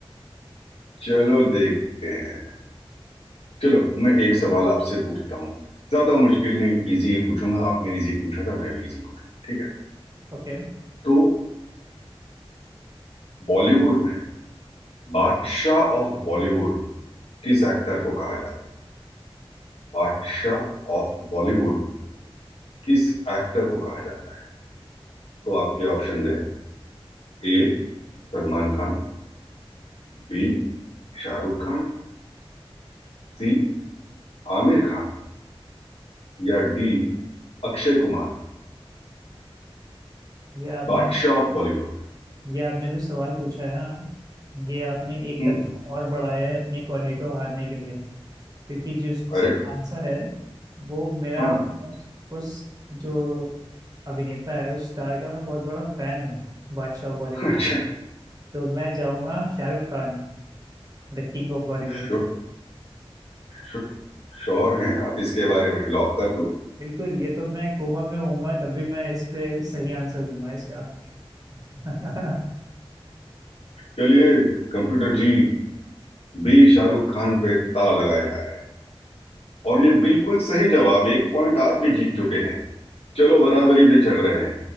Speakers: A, on the left (about 80°); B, on the right (about 40°).
A: चलो देखते हैं चलो मैं एक सवाल आपसे पूछता हूँ ज्यादा मुश्किल नहीं इजी ही पूछूंगा आपने इजी पूछा था मैं भी इजी पूछूंगा ठीक है
B: ओके
A: तो बॉलीवुड में बादशाह ऑफ बॉलीवुड किस एक्टर को कहा जाता है बादशाह ऑफ बॉलीवुड किस एक्टर को कहा जाता है तो आपके ऑप्शन है A Salman Khan B Shahrukh Khan C Aamir Khan या डी अक्षय कुमार
B: ये आपने
A: बादशाह ऑफ बॉलीवुड
B: ये आपने जो सवाल पूछा है ना ये आपने एक
A: हम्म
B: कदम और बढ़ाया है अपने कोऑर्डिनेटो हारने के लिए क्योंकि जो
A: अरे
B: आंसर है वो मेरा
A: हाँ
B: उस उस जो अभिनेता है उस स्टार का मैं बहुत बड़ा फैन हूँ बादशाह बॉलीवुड
A: अच्छा
B: तो मैं जाऊंगा Shahrukh Khan the king of Bollywood
A: श्योर श्योर श्योर हैं आप इसके बारे में लॉक कर दूं
B: बिल्कुल ये तो मैं कोमा में होऊंगा तब भी मैं इस पे सही आंसर दूंगा इसका <laughs>
A: चलिए कंप्यूटर जी बी शाहरुख खान पे ताला लगाया जाए और ये बिल्कुल सही जवाब एक पॉइंट आप भी जीत चुके हैं चलो बराबरी पे चल रहे हैं